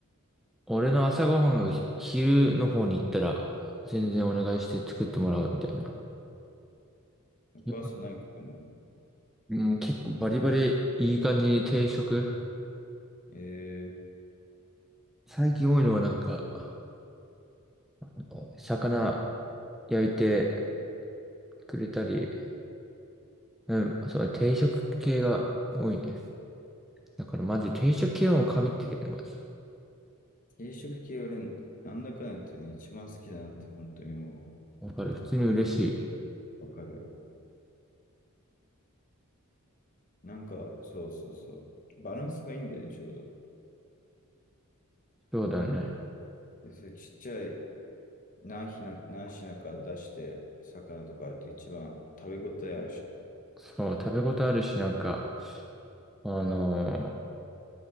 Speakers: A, in the centre; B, on the left (about 40°).
A: 俺の朝ごはんがひ昼の方に行ったら、全然お願いして作ってもらうみたいな。
B: お母さん何作るの
A: よかうん、結構バリバリいい感じに定食。
B: えー、
A: 最近多いのはなんか、あの魚焼いてくれたり、うん、そう、定食系が多いね。だからマジ定食系はもう神ってるよね、マジ。
B: 定食系俺、なんだかんだ言ってね、一番好きだなって本当にも
A: わかる。普通に嬉しい。
B: うわかる。なんか、そうそうそう。バランスがいいんだよね、ちょうど。
A: そうだね。
B: で、それちっちゃい何品、何品か出して、魚とかあると一番食べ応えあるしね。
A: そう、食べ応えあるし、なんか、あのー